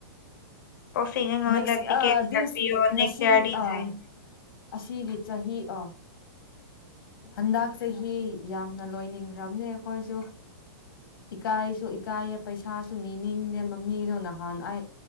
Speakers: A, on the left; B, on the left.
A: ꯑꯣ
B: ꯅꯦꯛꯁ
A: ꯁꯤꯣ
B: ꯑ ꯗꯤꯁ
A: ꯀꯦꯣ
B: ꯉꯁꯤ
A: <unintelligible>
B: ꯑ ꯑꯁꯤꯒꯤ ꯆꯍꯤ ꯑꯣ ꯍꯟꯗꯛ ꯆꯍꯤ ꯌꯥꯝꯅ ꯂꯣꯏꯅꯤꯡꯈ꯭ꯔꯕꯅꯦ ꯑꯩꯈꯣꯏꯁꯨ ꯏꯀꯥꯏꯁꯨ ꯏꯀꯥꯏꯌꯦ ꯄꯩꯁꯥꯁꯨ ꯅꯤꯡꯗꯦ ꯃꯃꯤꯗꯣ ꯅꯍꯥꯟ ꯑꯩ